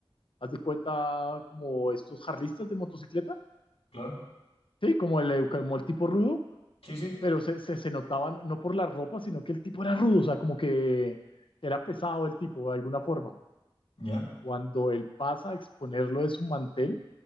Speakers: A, on the left; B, on the left.
A: haz de cuenta, como estos jarlistas de motocicleta
B: claro.
A: Sí, como el, eh, como el tipo rudo,
B: Sí, sí.
A: pero se, se, se notaba no no por la ropa, sino que el tipo era rudo, o sea, como que era pesado el tipo de alguna forma.
B: Ya.
A: Cuando él pasa a exponerlo de su mantel